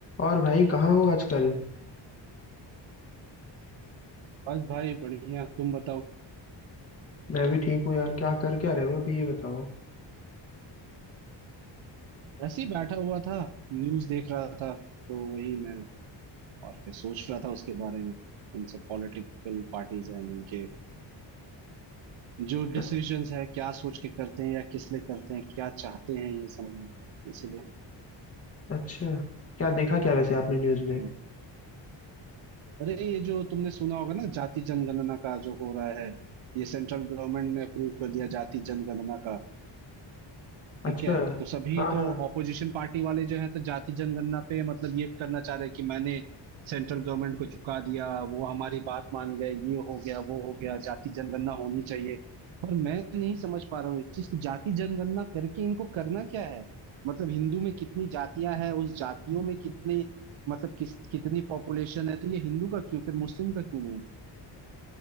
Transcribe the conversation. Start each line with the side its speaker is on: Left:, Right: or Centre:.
Left: और भाई कहाँ हो आजकल
Right: बस भाई बढ़िया तुम बताओ
Left: मैं भी ठीक हूँ यार क्या कर क्या रहे हो अभी ये बताओ
Right: ऐसे ही बैठा हुआ था न्यूज देख रहा था तो वही मैं और क्या सोच रहा था उसके बारे में इन सब पॉलिटिकल पार्टीज हैं इनके जो डिसीजंस
Left: अ-
Right: है क्या सोच के करते हैं या किस लिए करते हैं क्या चाहते हैं ये समझ नहीं आता इसीलिए
Left: अच्छा क्या देखा क्या वैसे आपने न्यूज़ में
Right: हम्म अरे ये जो तुमने सुना होगा ना जाति जनगणना का जो हो रहा है ये सेंट्रल गवर्नमेंट ने अप्रूव कर दिया जाति जनगणना का ठीक
Left: अच्छा
Right: है तो सभी
Left: हाँ
Right: तो
Left: हाँ
Right: ऑपोजिशन पार्टी वाले जो है तो जाति जनगणना पे मतलब ये करना चाह रहे हैं कि मैंने सेंट्रल गवर्नमेंट को झुका दिया वो हमारी बात मान गए ये हो गया वो हो गया जाति जनगणना होनी चाहिए पर मैं नहीं समझ पा रहा हूँ एक चीज की जाति जनगणना करके इनको करना क्या है मतलब हिंदू में कितनी जातियां हैं उस जातियों में कितने मतलब किस कितनी पॉपुलेशन है तो ये हिंदू का क्यों फिर मुस्लिम का क्यों नहीं